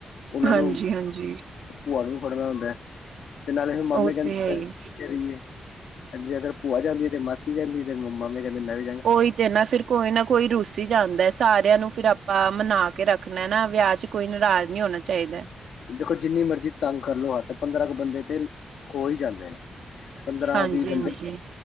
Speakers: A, on the left; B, on the right.
A: ਉਹਨਾਂ
B: ਹਾਂਜੀ,
A: ਨੇ
B: ਹਾਂਜੀ
A: ਭੂਆ ਨੂੰ ਫੜਨਾ ਹੁੰਦਾ ਹੈ। ਤੇ ਨਾਲੇ ਹੁਣ ਮਾਮੇ
B: ਉਹ
A: ਕਹਿੰਦੇ
B: ਤੇ ਹੈ ਹੀ
A: ਅਸੀ ਕੂ ਪਿਛੇ ਰਹੀਏ। ਜੇ ਅਗਰ ਭੂਆ ਜਾਂਦੀ ਹੈ, ਤੇ ਮਾਸੀ ਜਾਂਦੀ ਤੇ ਮਾਮੇ ਕਹਿੰਦੇ ਮੈਂ ਵੀ। ਜਾਂਗਾ
B: ਉਹੀ ਤੇ ਨਾ ਫਿਰ ਕੋਈ ਨਾ। ਕੋਈ ਰੁਸੀ ਜਾਂਦਾ ਸਾਰਿਆਂ ਨੂੰ ਫਿਰ ਆਪਾਂ ਮਨਾ ਕੇ ਰੱਖਣਾ ਨਾ ਵਿਆਹ ਚ ਕੋਈ ਨੇਂਰਾਜ ਨਹੀਂ ਹੋਣਾ ਚਾਹੀਦਾ।
A: ਦੇਖੋ ਜਿੰਨੀ ਮਰਜ਼ੀ ਤੰਗ ਕਰ ਲੋ ਹੈ ਤਾਂ ਤ ਪੰਦਰਾਂ ਕੁ ਬੰਦੇ ਤੇ। ਹੋ ਹੀ ਜਣੇਦਾ ਨੇ ਪੰਦਰਾਂ
B: ਹਾਂਜੀ,
A: ਵੀਹ ਬੰਦੇ।
B: ਹਾਂਜੀ।